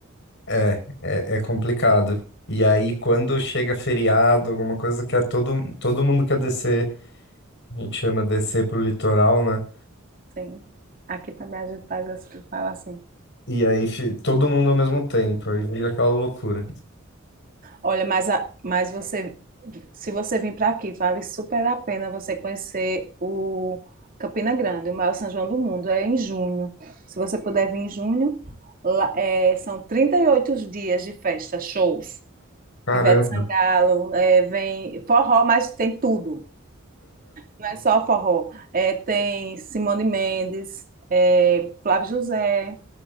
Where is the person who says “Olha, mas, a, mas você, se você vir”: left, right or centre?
Right